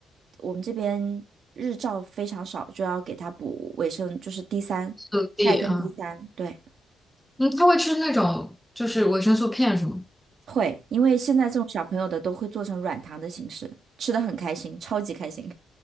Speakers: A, on the right; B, in the centre.
A: 我们这边日照非常少，就要给它补维生，就是 D 三钙跟
B: 速递嗯
A: D 三，对，
B: 嗯，他会吃那种就是维生素片是吗？
A: 会，因为现在这种小朋友的都会做成软糖的形式，吃的很开心，超级开心。